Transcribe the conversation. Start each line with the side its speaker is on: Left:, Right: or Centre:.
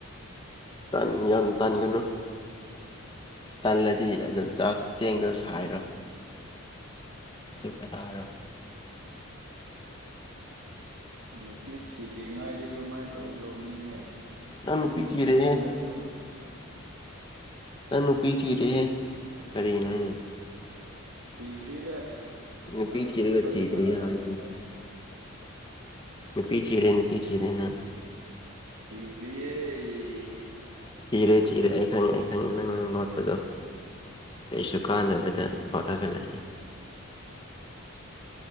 Left: ꯇꯟ ꯌꯥꯝ ꯇꯥꯟꯒꯅꯨ ꯇꯜꯂꯗꯤ ꯑꯗꯨꯝ ꯆꯥꯛ ꯆꯦꯡꯗꯨ ꯁꯥꯏꯔꯣ ꯑꯗꯨꯒ ꯀꯇꯥꯔꯣ
Right: ꯅꯨꯄꯤ ꯊꯤꯗ꯭ꯔꯤꯉꯥꯏꯗꯤ ꯑꯗꯨꯃꯥꯏꯅ ꯇꯧꯗꯧꯅꯤꯍꯦ ꯆꯥꯅꯤꯡꯕ
Left: ꯅꯪ ꯅꯨꯄꯤ ꯊꯤꯔꯦꯍꯦ
Right: ꯃꯐꯝꯗ ꯑꯗꯨꯝ
Left: ꯅꯪ ꯅꯨꯄꯤ ꯊꯤꯔ‌ꯦꯍ‌ꯦ ꯀꯔꯤꯅ‌ꯣꯅꯦ
Right: ꯊꯤꯗ꯭ꯔꯤꯗ ꯄꯥꯈꯪ
Left: ꯅꯨꯄꯤ ꯊꯤꯔꯒ
Right: ꯄꯥꯈꯪ
Left: ꯊꯤꯗ꯭ꯔꯤ
Right: ꯁꯥꯗ
Left: ꯍꯥꯏ
Right: ꯉꯥꯏꯔꯤꯅ
Left: ꯅꯨꯄꯤ ꯊꯤꯔꯦ ꯅꯨꯄꯤ ꯊꯤꯔꯦꯅ
Right: ꯊꯤꯗꯔꯤꯌꯦ
Left: ꯊꯤꯔꯦ ꯊꯤꯔꯦ ꯑꯩ ꯈꯪꯉꯦ ꯑꯩ ꯈꯪꯉꯦ ꯅꯪꯅ ꯂ‌ꯣꯠꯄꯗ‌ꯣ ꯀꯩꯁꯨ ꯀꯥꯟꯅꯕꯗ
Right: ꯊꯤꯗ꯭ꯔꯤ ꯑꯩꯗꯤ
Left: ꯍꯣꯠꯅꯒ ꯂꯩꯌ‌ꯦ